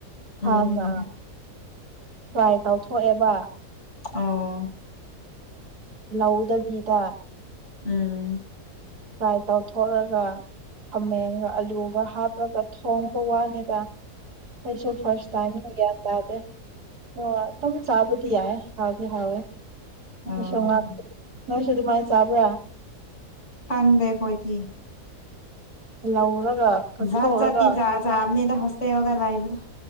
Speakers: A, on the right (about 75°); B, on the left (about 45°).
A: ꯍꯥꯟꯅ
B: ꯎꯝ
A: ꯐꯔꯥꯏ ꯇꯧꯊꯣꯛꯑꯦꯕ꯫
B: ꯑꯣ꯫
A: ꯂꯧꯗꯕꯤꯗ꯫
B: ꯎꯝ꯫
A: ꯐ꯭ꯔꯥꯏ ꯇꯧꯊꯣꯛꯑꯒ ꯈꯥꯃꯦꯟꯒ ꯑꯂꯨꯒ ꯍꯥꯞꯂꯒ ꯊꯣꯡꯕ ꯋꯥꯅꯤꯗ꯫ ꯑꯩꯁꯨ ꯐꯥ꯭ꯔꯁ ꯇꯥꯏꯝꯅꯤ ꯒꯌꯥꯟ ꯇꯥꯗꯦ ꯑꯣ ꯑꯗꯨꯝ ꯆꯥꯕꯗꯤ ꯌꯥꯏ ꯍꯥꯎꯗꯤ ꯍꯥꯎꯋꯦ
B: ꯑꯣ
A: ꯉꯁꯨ ꯉꯥ ꯑ ꯑꯗꯨꯗꯤꯃꯥꯅ ꯆꯥꯕ꯭ꯔꯥ
B: ꯍꯪꯗꯦ ꯍꯣꯏꯗꯤ
A: ꯂꯧꯔꯒ ꯀꯛꯊꯣꯛꯔꯒ
B: ꯖꯠ ꯖꯥꯇꯤ ꯆꯥ ꯆꯥꯝꯅꯤꯗ ꯍꫭꯁꯇꯦꯜꯗ ꯂꯩꯕꯗꫭ